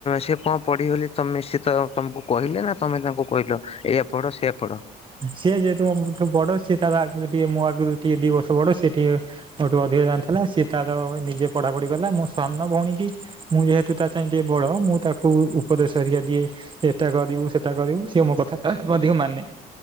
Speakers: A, on the left; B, on the right.
A: ସିଏ କଁ। ପଢିବେ ବୋଲି ତମେ ସେ ତ ତମକୁ କହିଲେ ନା ତମେ ତାଙ୍କୁ କହିଲ ଏୟା ପଢ ସେୟା ପଢ।
B: ସିଏ ଯେହେତୁ ମୋ ଠୁ ବଡ ସିଏ ତା ଆଗରୁ ଟିକେ ମୋ ଆଗରୁ ଟିକେ ଦି ବର୍ଷ ବଡ ସିଏ ଟିକେ। ମୋଠୁ ଅଧିକ ଜାଣିଥିଲା ସିଏ ତାର ନିଜେ ପଢା ପଢି କଲା ମୋ ସାନ ଭଉଣୀ କି। ମୁଁ ଯେହେତୁ ତା ଚାଁଇ ଟିକେ ବଡ ମୁଁ ତାକୁ ଉପଦେଶ ଘରିକା ଦିଏ ଏ ଏଟା କରିବୁ ସେଟା କରିବୁ ସିଏ ମୋ କଥା ମଧ୍ୟ ମାନେ।